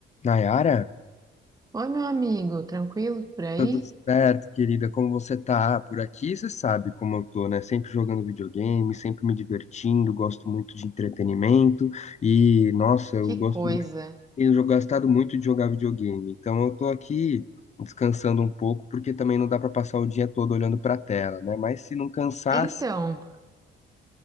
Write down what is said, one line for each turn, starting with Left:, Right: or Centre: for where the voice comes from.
Left: Nayara,
Right: Oi, meu amigo, tranquilo por aí?
Left: tudo certo, querida? Como você tá? Por aqui, você sabe como eu tô, né? Sempre jogando videogame, sempre me divertindo, gosto muito de entretenimento e, nossa, eu
Right: Que
Left: gosto
Right: coisa.
Left: muito, tenho jo- gostado muito de jogar videogame. Então eu tô aqui descansando um pouco, porque também não dá pra passar o dia todo olhando pra tela, né? Mas se não cansasse,
Right: Então,